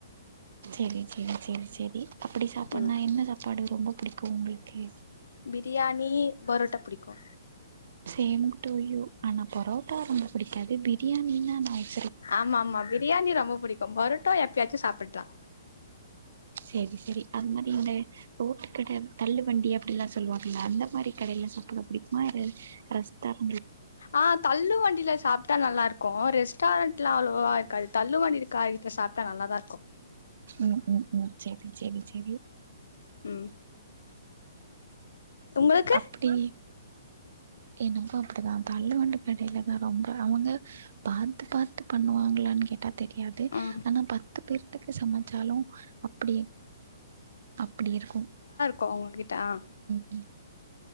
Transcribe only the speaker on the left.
ம்
பிரியாணி பரோட்டா புடிக்கு
ஆமா ஆமா பிரியாணி ரொம்ப புடிக்கு பரோட்டோ எப்பயாச்சு சாப்பட்லா
ஆ தள்ளு வண்டில சாப்ட்டா நல்லாருக்கு ரெஸ்டாரண்ட்லா அவ்ளோவா இருக்காது தள்ளு வண்டி அக்கா வீட்ல சாப்ட்டா நல்லாதாருக்கு
ம் உங்களுக்கு
ம்
துங்கிட்டா